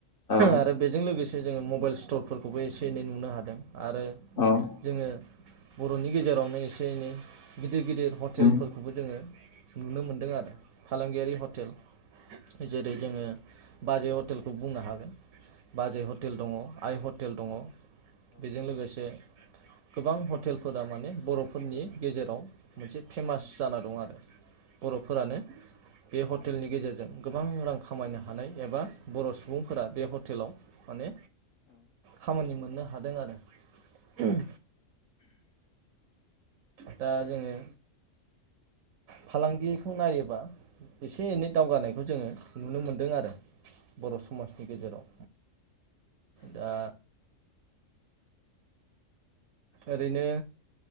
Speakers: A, on the left; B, on the right.
A: औ
B: आरो
A: उम औ
B: बेजों लोगोसे जोङो मबाइल स्ट'रफोरखौबो एसे एनै नुनो हादों। आरो
A: औ औ उम औ उम औ
B: जोङो बर'नि गेजेरावनो एसे एनै गिदिर गिदिर हटेलफोरखौबो
A: उम
B: जोङो नुनो मोनदों आरो फालांगियारि हटेल जेरै जोङो बाजै हटेलखौ बुंनो हागोन। बाजै हटेल दङ। आइ हटेल दङ। बेजों लोगोसे गोबां हट टेलफोरा माने बर'फोरनि गेजेराव मोनसे फेमास जाना दं आरो बर'फोरानो बे हटेलनि गेजेरजों गोबां रां खामायनो हानाय एबा बर' सुबुंफोरा बे हटेलाव माने खामानि मोननो हादों आरो। उम दा जोङो फालांगिखौ नायोबा एसे एनै दावगानायखौ जोङो नुनो मोनदों आरो बर' समाजनि गेजेराव दा ओरैनो